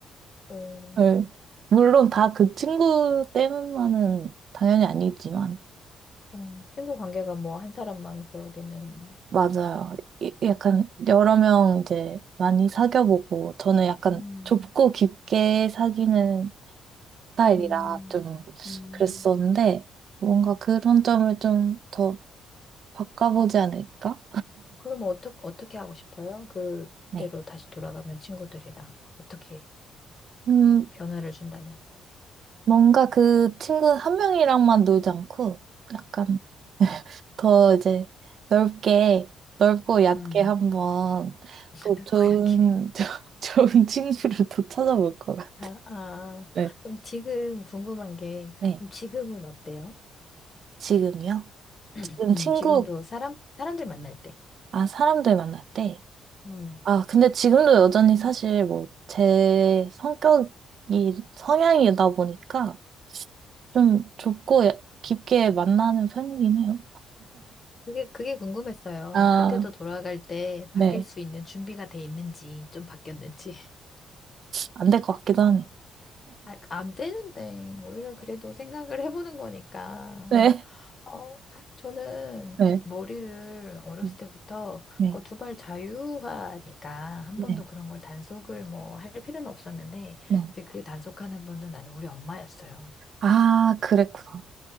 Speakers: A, on the left; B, on the right.
A: 어.
B: 네. 물론 다 그 친구 때문만은 당연히 아니겠지만,
A: 어. 친구 관계가 뭐 한 사람만 그러기는
B: 맞아요. 이- 약간 여러 명 이제 많이 사귀어보고, 저는 약간
A: 음.
B: 좁고 깊게 사귀는 스타일이라
A: 음.
B: 좀
A: 음.
B: 그랬었는데, 뭔가 그런 점을 좀 더 바꿔보지 않을까?
A: 그럼 어떻게 어떻게 하고 싶어요? 그때로
B: 네.
A: 다시 돌아가면 친구들이랑 어떻게
B: 음,
A: 변화를 준다면?
B: 뭔가 그 친구 한 명이랑만 놀지 않고, 약간 더 이제 넓게, 넓고 얕게
A: 음
B: 한번 또
A: 그렇고
B: 좋은,
A: 약해.
B: <laughs> 좋은 친구를 또 찾아볼 거예요.
A: 아, 아,
B: 네.
A: 그럼 지금 궁금한 게,
B: 네,
A: 그럼 지금은 어때요?
B: 지금이요?
A: <clears throat>
B: 지금
A: 음,
B: 친구,
A: 지금도 사람, 사람들 만날 때.
B: 아, 사람들 만날 때?
A: 음, 예.
B: 아, 근데 지금도 여전히 사실 뭐, 제 성격이, 성향이다 보니까 좀 좁고 야- 깊게 만나는 편이긴 해요.
A: 그게, 그게 궁금했어요.
B: 아,
A: 그때도 돌아갈 때
B: 네.
A: 바뀔 수 있는 준비가 돼 있는지, 좀 바뀌었는지. <laughs>
B: 안 될 것 같기도 하네요.
A: 아, 안 되는데. 우리가 그래도 생각을 해보는 거니까.
B: 네.
A: 어, 저는
B: 네.
A: 머리를 어렸을
B: 네,
A: 때부터
B: 네,
A: 그 두발 자유화니까 한
B: 네.
A: 번도 그런 걸 단속을 뭐 할 필요는 없었는데
B: 네.
A: 이제 그 단속하는 분은 나는 우리 엄마였어요.
B: 아, 그랬구나.